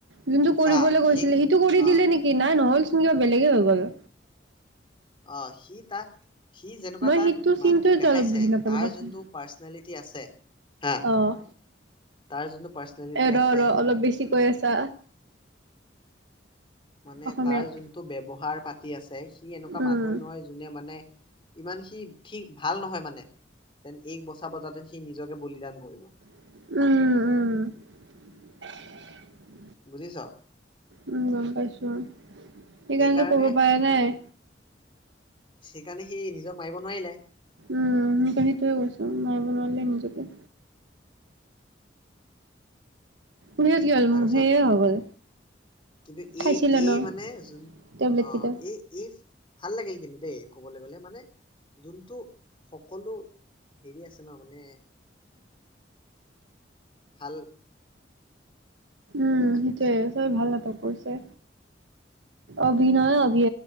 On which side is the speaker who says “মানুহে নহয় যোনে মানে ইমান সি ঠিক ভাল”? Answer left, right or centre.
Left